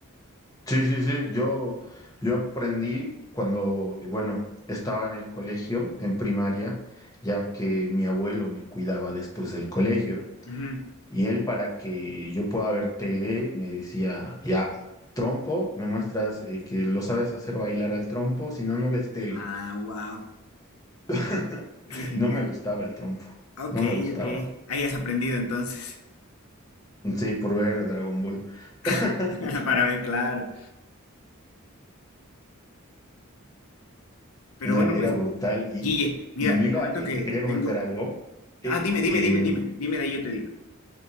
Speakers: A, on the left; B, on the left.
A: Sí, sí, sí. Yo, yo aprendí cuando, eh, bueno, estaba en el colegio, en primaria, ya que mi abuelo me cuidaba después del colegio.
B: Ujú.
A: Y él, para que yo pueda ver tele, me decía, ya, trompo, me muestras eh, que lo sabes hacer bailar al trompo, si no, no ves tele.
B: Ah, wow,
A: <laughs>
B: qué genial.
A: No me gustaba el trompo,
B: Ok,
A: no me gustaba.
B: ok. Ahí has aprendido entonces.
A: Sí, por ver Dragon Ball. <laughs>
B: <laughs> Para ver, claro. Pero
A: No,
B: bueno,
A: Era
B: pues,
A: brutal. Y,
B: Guille, mira,
A: y mira,
B: te comento
A: eh,
B: que
A: te quería comentar
B: tengo...
A: algo. Eh,
B: Ah, dime, dime,
A: em,
B: dime, dime. Dime de ahí, yo te digo.